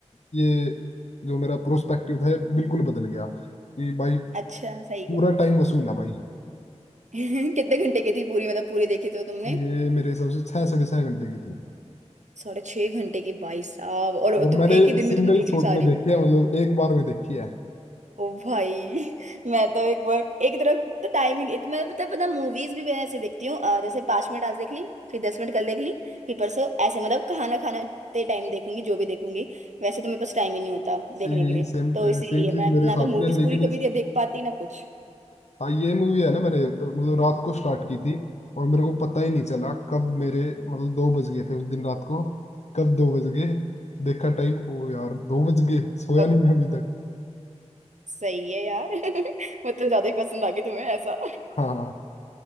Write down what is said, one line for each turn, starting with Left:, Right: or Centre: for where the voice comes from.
Left: ये जो मेरा प्रोस्पेक्टिव है बिल्कुल बदल गया कि भाई
Right: अच्छा सही
Left: पूरा
Right: है
Left: टाइम वसूल है भाई
Right: <laughs> कितने घंटे की थी पूरी मतलब पूरी देखी तो तुमने
Left: ये मेरे हिसाब से छः साढ़े छः घंटे की थी
Right: साढ़े छह घंटे की भाई साहब और
Left: और
Right: तुम
Left: मैंने
Right: एक ही दिन
Left: सिंगल
Right: में तुमने देख
Left: शॉट
Right: ली सारी
Left: में देखी है मतलब एक बार में देखी है
Right: ओ भाई <laughs> मैं तो एक बार एक तरफ तो टाइम ही नहीं तो मैं पता पता मूवीज भी मैं ऐसे देखती हूँ अ, जैसे पांच मिनट आज देख ली फिर दस मिनट कल देख ली फिर परसों ऐसे मतलब खाना खाने टाइम देखूंगी जो भी देखूंगी वैसे तो मेरे पास टाइम ही नहीं होता देखने
Left: यही
Right: के लिए
Left: सेम
Right: तो इसीलिए
Left: सेम चीज
Right: मैं
Left: मेरे
Right: ना तो
Left: साथ
Right: मूवीज
Left: भी है लेकिन
Right: पूरी कभी
Left: इस
Right: दे- देख पाती ना कुछ
Left: हाँ ये मूवी है ना मैंने मतलब रात को स्टार्ट की थी और मेरे को पता ही नहीं चला कब मेरे मतलब दो बज गए थे उस दिन रात को कब दो बज गए देखा टाइम ओ यार दो बज गए सोया
Right: बट
Left: नहीं मैं अभी तक
Right: सही है यार <laughs> मतलब ज्यादा ही पसंद आ गई तुम्हें ऐसा
Left: हाँ हाँ।